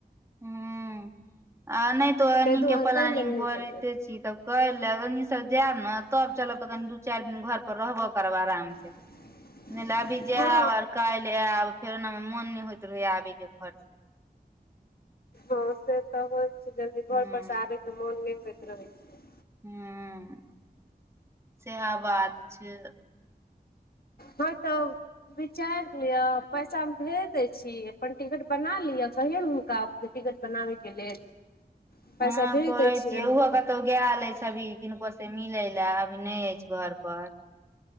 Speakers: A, on the right; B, on the left.
A: हुँ आ ओनाहितो एनी
B: ताहि दुआरे
A: केँ प्लानिंग
B: ताहि लेल नहि
A: करिते
B: गेलियै
A: छी तब करै लैब एनी सँ जायब नऽ तब चलब तऽ कनि दू चारि दिन घर पर रहबो करब आराम से
B: <inaudible>
A: नय ल अभी जायब
B: हँ
A: आर काल्हि आयब फेर ओनामे मोन नय होइत रहै आबी केँ घर से
B: हँ से तऽ होइत छै जल्दी घर
A: हूँ
B: पर से आबय के मोन नय होइत रहै छै
A: हँ सेहा बात छै
B: हँ तब विचारि लिअ पैसा हम भेज दै छी अपन टिकट बना लिअ कहियौन हुनका जे टिकत बनाबै केँ लेल पैसा
A: हँ
B: भेज
A: कहै
B: दै छियनि
A: छियै उहो
B: हुनका
A: कतोऽ गैल अछि अभी किनको से मिले ले अभी नय अछि घर पर